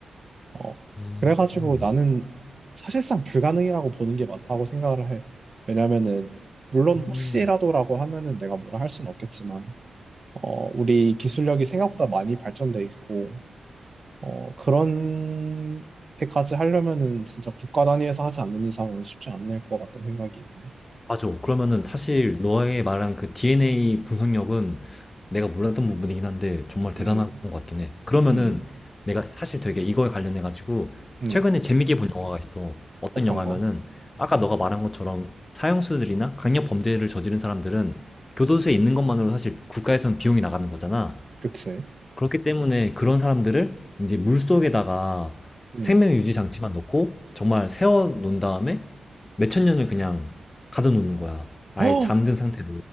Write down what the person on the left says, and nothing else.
음.
음.
음.
맞아. 그러면은 사실 너의 말한 그 DNA 분석력은 내가 몰랐던 부분이긴 한데 정말 대단한
것 같긴 해. 그러면은
내가 사실 되게 이거에 관련해 가지고
최근에 재밌게 본 영화가 있어. 어떤
영화면은
아까 너가 말한 것처럼 사형수들이나 강력 범죄를 저지른 사람들은 교도소에 있는 것만으로 사실 국가에선 비용이 나가는 거잖아.
그렇기 때문에 그런 사람들을 이제 물속에다가
생명 유지 장치만 넣고 정말 세워 놓은 다음에 몇천 년을 그냥 가둬 놓는 거야. 아예
잠든 상태로.